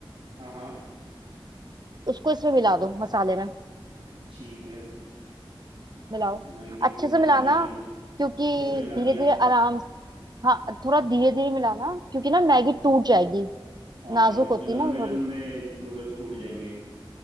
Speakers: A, on the right; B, on the right.
A: हाँ हाँ
B: उसको इसमें मिला दो मसाले में
A: ठीक है
B: मिलाओ
A: मैगी को
B: अच्छे
A: मिला
B: से मिलाना
A: दिया मैंने
B: क्योंकि
A: अच्छे से मिला
B: धीरे
A: दिया
B: धीरे आराम से- हाँ थोड़ा धीरे धीरे मिलाना क्योंकि ना मैगी टूट जाएगी
A: हाँ
B: नाजुक
A: उसके
B: होती
A: लंबे
B: ना वो
A: लंबे
B: थोड़ी
A: नूडल्स टूट जाएंगे